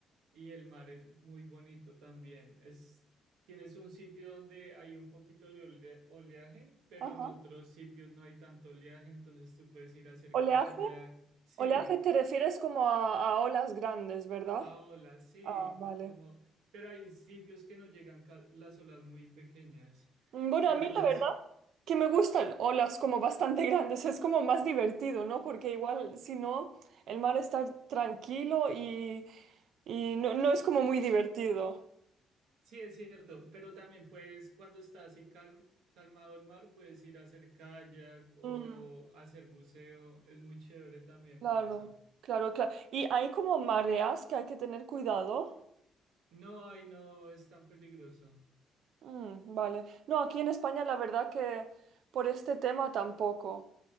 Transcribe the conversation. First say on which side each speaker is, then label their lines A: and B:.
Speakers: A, on the right; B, on the right.
A: y el mar es muy bonito también. Es, tienes un sitio donde hay un poquito de olea- oleaje, pero
B: Ajá.
A: en otros sitios no hay tanto oleaje, entonces tú puedes ir a hacer
B: ¿Oleaje?
A: kayak. Sí,
B: Oleaje te refieres como a, a olas grandes, ¿verdad?
A: Ahora sí,
B: Ah, vale.
A: como, pero hay sitios que no llegan ca- las olas muy pequeñas.
B: Bueno,
A: Entonces,
B: a mí la verdad que me gustan olas como bastante <laughs> grandes, es como más divertido, ¿no? Porque igual si no, el mar está tranquilo y, y no, no es como muy divertido.
A: sí es cierto, pero también puedes, cuando está así calm- calmado el mar, puedes ir a hacer kayak o
B: Mm,
A: hacer buceo. Es muy chévere también
B: claro,
A: por eso.
B: claro, claro. Y hay como mareas que hay que tener cuidado.
A: No, ay, no es tan peligroso,
B: Mm, vale. No, aquí en España la verdad que por este tema tampoco.